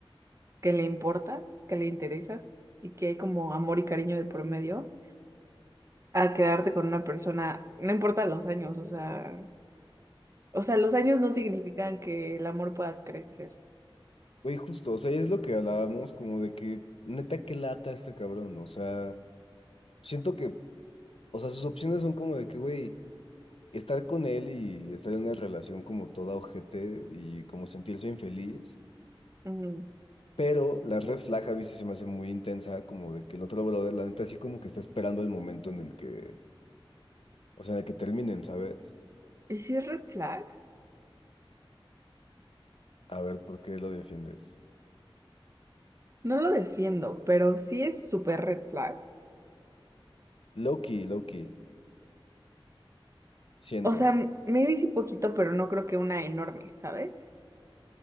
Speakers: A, on the right; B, on the left.
A: que le importas, que le interesas y que hay como amor y cariño de por medio, a quedarte con una persona, no importa los años, o sea, o sea, los años no significan que el amor pueda crecer.
B: Güey, justo, o sea, es lo que hablábamos, como de que, neta, qué lata este cabrón, o sea, siento que, o sea, sus opciones son como de que, güey, estar con él y estar en una relación como toda ojete y como sentirse infeliz,
A: Mm,
B: pero la red flag a veces se me hace muy intensa, como de que el otro brother, la neta, así como que está esperando el momento en el que, o sea, en el que terminen, ¿sabes?
A: ¿Y si es red flag?
B: A ver, ¿por qué lo defiendes?
A: No lo defiendo, pero sí es súper red flag.
B: Loki, Loki, siento.
A: O sea, m- maybe sí poquito, pero no creo que una enorme, ¿sabes?